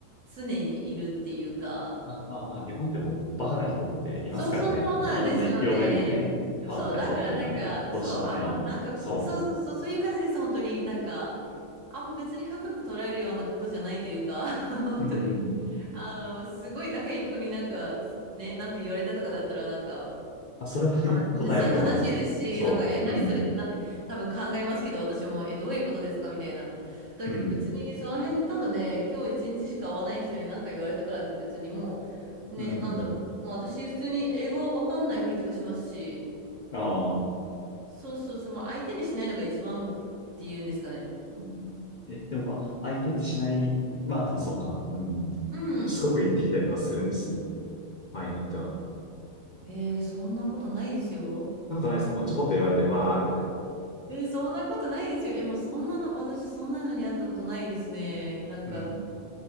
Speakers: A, on the right (about 65°); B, on the left (about 45°).
A: 常にいるっていうか、
B: まあまあまあ、日本でもバカな人っていますからね。
A: そうそうそうなんですよね。
B: まあ、いろんな、いろんな意味でね、変わった人っていうかね、
A: そう、だからなんか、
B: どうしようもない。
A: そう、あ、ま、なんか、
B: そ
A: そうそうそう、そういう感じです、本当に。なんか、あんま別に深く捉えるようなことじゃないというか、<laughs> 本当に。
B: う。うんうん
A: あの、すごい仲いい子になんか、ね、なんか言われたとかだったら、なんか、
B: あ、それはね、
A: 悲しい、
B: <laughs> 答えるけど、
A: <laughs> そう悲しいですし、
B: そう、
A: なんか、え、何それってなって、
B: うん、
A: 多分考えますけど、私も、え、どういうことですかみたいな。だけど別に、
B: うん、
A: その辺にただね、今日一日しか会わない人に何か言われたからって別にもう、
B: うん、
A: ね、なんだろう。もう私、普通に英語わかんないふりとかしますし、
B: ああ、
A: そうそうそう、もう相手にしないのが一番っていうんですかね。
B: うん。え、でもまあ、相手にしない、まあでもそうか、うん、
A: うん。
B: しつこく言ってきたりとかするんですね、場合によっては。そ
A: えー、そんなことないですよ。
B: んなことないですか、まあ、ちょこっと言われて、わあ、みたいな。
A: えー、そんなことないですよ。え、もうそんなの、私そんなのに会ったことないですね。なんか、
B: うん、